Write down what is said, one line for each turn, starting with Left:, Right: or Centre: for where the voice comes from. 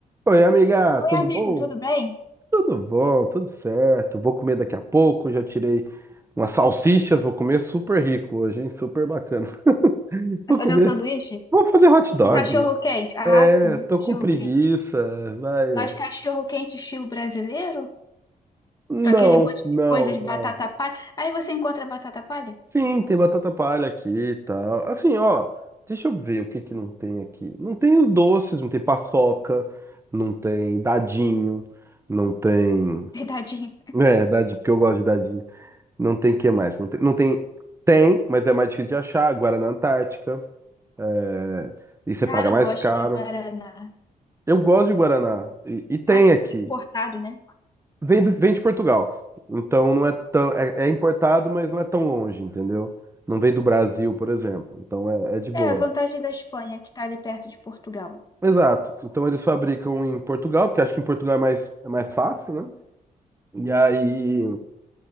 Right: Oi, amiga,
Left: Oi,
Right: tudo
Left: amigo,
Right: bom?
Left: tudo bem?
Right: Tudo bom, tudo certo. Vou comer daqui a pouco. Já tirei umas salsichas, vou comer super rico hoje, hein? Super bacana. <laughs>
Left: Vai
Right: Vou
Left: fazer
Right: comer.
Left: um sanduíche?
Right: Vou fazer hot dog.
Left: Um cachorro quente. Ah,
Right: É,
Left: sim,
Right: tô
Left: cachorro
Right: com preguiça,
Left: quente.
Right: vai.
Left: Mas cachorro quente estilo brasileiro?
Right: Não,
Left: Com aquele monte
Right: não,
Left: de coisas,
Right: não.
Left: batata palha. Aí você encontra batata palha?
Right: Sim, tem batata palha aqui e tal. Assim, ó, deixa eu ver o que que não tem aqui. Não tem os doces, não tem paçoca, não tem dadinho, não tem.
Left: <laughs> Verdadinho.
Right: É, dadinho, porque eu gosto de dadinho. Não tem que mais. Não tem, não tem. Tem, mas é mais difícil de achar. Guaraná Antártica. é, E você paga
Left: Ah, eu
Right: mais
Left: gosto
Right: caro.
Left: de Guaraná.
Right: Eu gosto de Guaraná. E, e tem
Left: Ah, sim,
Right: aqui.
Left: importado, né?
Right: Vem, do- vem de Portugal. Então não é tão. É, é importado, mas não é tão longe, entendeu? Não vem do Brasil, por exemplo. Então é, é de boa.
Left: É, a vantagem da Espanha, que tá ali perto de Portugal.
Right: Exato. Então eles fabricam em Portugal, porque acho que em Portugal é mais, é mais fácil, né? E aí,